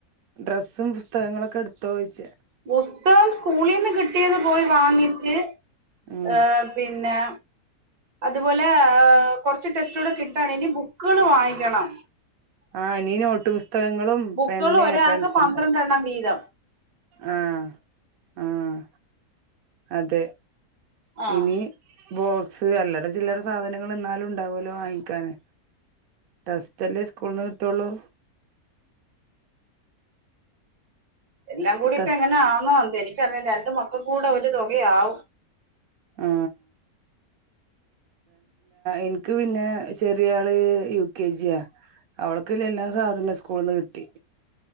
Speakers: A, on the right; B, on the right.
A: ഡ്രസ്സും പുസ്തകങ്ങളൊക്കെ എടുത്തോ ചോഴിച്ച
B: പുസ്തകം സ്കൂളിൽന്ന് കിട്ടിയത് പോയി വാങ്ങിച്ച്
A: ഉം
B: ഏഹ പിന്നെ അത് പോലെ കൊറച്ച് ടെസ്റ്റ് കിട്ടാണ് ഇനി ബുക്കുകള് വാങ്ങിക്കണം
A: ആ ഇനി നോട്ട് പുസ്തകങ്ങളും
B: ബുക്കുകൾ
A: പിന്നെ
B: ഒരാൾക്ക്
A: പെൻസില്
B: പന്ത്രണ്ടെണ്ണം വീതം
A: ആഹ ആഹ അതെ
B: ആഹ്
A: ഇനി ബോക്സ് അലറ ചില്ലറ സാധനങ്ങൾ എന്നാലും ഉണ്ടാവല്ലോ വാങ്ങിക്കാാന് ടെസ്റ്റ്ല്ലേ സ്കൂളന്ന് കിട്ടുള്ളൂ
B: എല്ലാം കൂടി
A: ടെസ്
B: ഇപ്പ എങ്ങനെയാണെന്നോ എ രണ്ട് മകൾക്ക് കൂടെ ഒരു തുകയാവും
A: ആ എനിക്ക് പിന്നെ ചെറിയ ആള് യു കെ ജിയാ അവളക്കല്ല എല്ലാ സാധന സ്കൂളന്ന് കിട്ടി